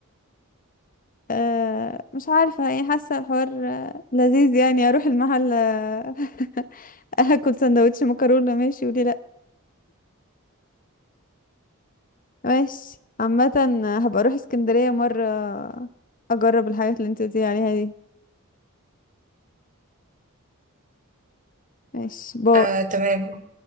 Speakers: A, on the left; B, on the right.
A: آه مش عارفة يعني حاسة الحوار آه، لذيذ يعني أروح المحل آه، <laughs> أكل سندوتش مكرونة ماشي وليه لأ ماشي عامة هبقى أروح اسكندرية مرة أجرب الحاجات اللي انت قلتيلي عليها دي ماشي
B: <laughs>
A: باي
B: آه، تمام